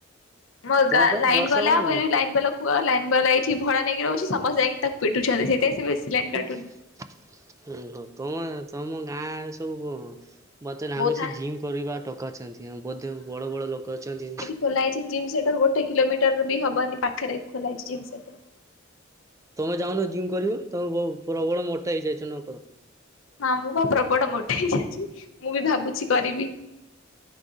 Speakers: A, on the left; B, on the right.
A: ମୋ
B: କଣ ପାଇଁ
A: ଲାଇନ୍
B: ବର୍ଷା
A: ଗଲେ
B: ହଉନି
A: ଆମର
B: ନା?
A: ଲାଇନ୍ ଗଲା। ହୁ ଲାଇନ ବା ଲାଗଇଠ ଭଡା ନେଇକି ରହୁଛି ସମସ୍ତେ ଯାଇକି ତାକୁ ପିଟୁଛନ୍ତି ସେଇଥିପାଇଁ ସେ ଲାଇନ କାଟୁନି।
B: ଉ ହୋ ତମ ତମ ଗାଁରେ ସବୁ ମୋତେ ଲାଗୁଛି
A: ବହୁତ ହା
B: ଜିମ୍ କରିବା ଟକା ଅଛନ୍ତି ଆ ବୋଧେ ବଡ଼ ବଡ଼ ଲୋକ ଅଛନ୍ତି।
A: ଖୋଲାହେଇଛି ଜିମ୍ ସେଣ୍ଟର ଗୋଟେ କିଲୋମିଟର ବି ହବନି ପାଖରେ ଖୋଲାଇଛି ଜିମ୍ ସେଣ୍ଟର।
B: ତମେ ଯାଉନ ଜିମ୍ କରିବ ତମେ ବ ପ୍ରବଳ ମୋଟା ହେଇଯାଇଛ ନ କ
A: ହଁ ମୁଁ ବା ପ୍ରବଳ ମୋଟେ ହେଇଯାଇଛି ମୁଁ ବି ଭାବୁଛି କରିବି।